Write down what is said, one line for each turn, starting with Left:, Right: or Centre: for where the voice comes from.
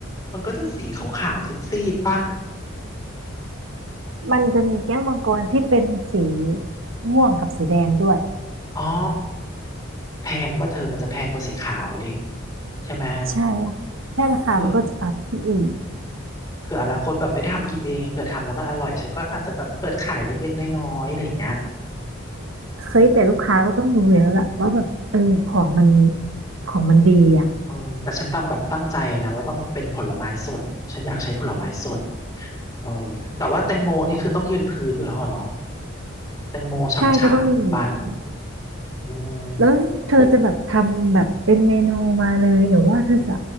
Left: มันก็จะสีขาวๆซีดๆป่ะ
Right: มันจะมีแก้วมังกรที่เป็นสีม่วงกับสีแดงด้วย
Left: อ๋อแพงป่ะเธอมันจะแพงกว่าสีขาวดิใช่ไหม
Right: ใช่แค่ราคามันก็จะอัพขึ้นอีก
Left: เออเผื่อเผื่ออนาคตแบบไม่ได้ทำกินเองไงเผื่อทำแล้วมันอร่อยฉันก็อาจจะแบบเปิดขายเล็กๆน้อยๆอะไรอย่างเงี้ย
Right: เคยแต่ลูกค้าก็ต้องดูแล้วล่ะว่าแบบเออของมัน
Left: อืม
Right: ของมันดีอ่ะ
Left: เออแต่ฉันต้องแบบตั้งใจนะว่าต้องเป็นผลไม้สดฉันอยากใช้ผลไม้สดเออแต่ว่าแตงโมนี่คือต้องยืนพื้นอยู่แล้วเหรอเนาะแตงโมฉ่ำๆปั่น
Right: ใช่ก็ต้องมีแหละ
Left: อืม
Right: แล้วเธอจะแบบทำแบบเป็นเมนูมาเลยหรือว่าเธอจะ